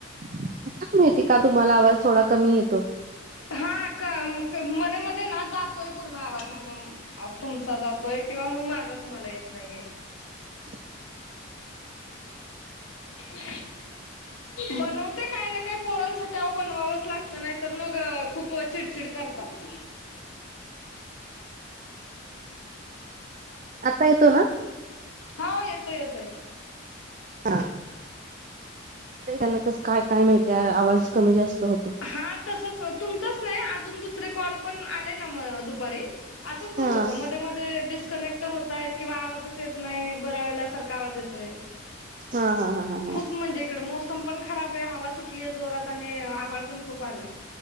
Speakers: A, on the right; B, on the left.
A: काय माहिती का तुम्हाला आवाज थोडा कमी येतो.
B: हा क म क मध्ये मध्ये ना जात तोय पूर्ण आवाज मम तुमचा जातोय किंवा मग माझा तुम्हाला येत नाहीये.
A: <unintelligible>
B: <unintelligible> बनवते काय ना काय पोरांसाठी अहो बनवावंच लागतं नाहीतर मग खूप चिडचिड करतात.
A: आता येतो ना?
B: हाव येतोय येतोय.
A: हां. ते त्यांना कसं काय -काय माहिती आवाज कमी जास्त होतो.
B: हा तसच तुमचाच नाही अजून दुसरे कॉल पण आले ना म दुपारी असंच होत
A: हां,
B: होतं मध्ये म धे डिस्कनेक्ट होतायत किंवा आवाजच येत नाही बरळल्यासारखा आवाज येतोय.
A: हां, हां, हां, हां, हां.
B: खूप म्हणजे इकडं मोसम पण खराब आहे, हवा सुटलीये जोरात आणि आभाळ पण खूप आलंय